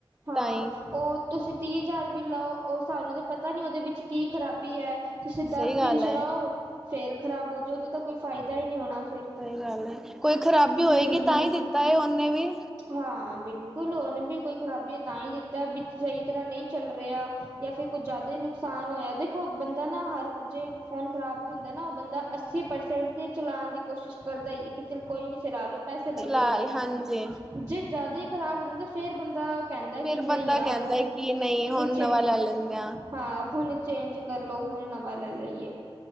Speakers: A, on the right; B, in the centre.
A: ਹਾਂ,
B: ਤਾਂਹੀ।
A: ਓਹ ਤੁਸੀਂ ਤੀਹ ਹਜ਼ਾਰ ਵੀ ਲਾਓ, ਓਹ ਸਾਨੂੰ ਤੇ ਪਤਾ ਨੀ ਉਹਦੇ ਵਿੱਚ ਕੀ ਖਰਾਬੀ ਹੈ। ਤੁਸੀਂ ਦਸ
B: ਸਹੀ ਗੱਲ
A: ਦਿਨ
B: ਹੈ,
A: ਚਲਾਓ, ਫੇਰ ਖ਼ਰਾਬ ਹੋ ਜਾਓ ਉਦੇ ਤਾਂ ਕੋਈ ਫਾਇਦਾ ਹੀ ਨੀ ਹੋਣਾ। ਫਿਰ
B: ਸਹੀ ਗੱਲ ਏ, ਕੋਈ ਖਰਾਬੀ ਹੋਏਗੀ
A: ਹਮ
B: ਤਾਂਹੀ ਦਿੱਤਾ ਏ ਉਹਨੇ ਵੀ।
A: ਹਾਂ, ਬਿਲਕੁਲ ਉਹਨੇ ਬੀ ਕੋਈ ਖਰਾਬੀ ਤਾਂਹੀ ਹੀ ਦਿੱਤਾ ਬੀਚ ਸਹੀ ਤਰ੍ਹਾਂ ਨਹੀਂ ਚੱਲ ਰਿਆ। ਤੇ ਐ ਫੇਰ ਕੁਝ ਜਿਆਦਾ ਈ ਨੁਕਸਾਨ ਹੋਇਆ, ਦੇਖੋ ਬੰਦਾ ਨਾ ਹਰ ਜੇ ਫ਼ੋਨ ਖ਼ਰਾਬ ਵੀ ਹੁੰਦਾ ਨਾ ਓਹ ਬੰਦਾ ਅੱਸੀ ਪ੍ਰਸੈਂਟ 'ਤੇ ਚਲਾਉਣ ਦੀ ਕੋਸ਼ਿਸ਼ ਕਰਦਾ ਈ ਏ ਕਿ ਚਲ ਕੋਈ ਨੀ ਚਲਾ ਲੋ। ਪੈਸੇ ਲੱਗੇ
B: ਚਲਾਲ
A: ਹੋਏ ਨੇ,
B: ਹਾਂਜੀ,
A: ਜੇ ਜਿਆਦਾ ਈ ਖ਼ਰਾਬ ਹੋ ਜਾਂਦਾ ਫੇਰ ਬੰਦਾ ਕਹਿੰਦਾ
B: ਫਿਰ
A: ਕਿ ਨਹੀਂ
B: ਬੰਦਾ
A: ਯਾਰ,
B: ਕਹਿੰਦਾ ਹੈ ਕਿ ਨਹੀਂ ਹੁਣ
A: ਕਿ
B: ਨਵਾਂ ਲੈ ਲੈਂਦੇ
A: ਹਾਂ, ਹੁਣ ਚੇਂਜ ਕਰ ਲੋ ਹੁਣ ਨਵਾਂ ਲੈ ਲਈਏ।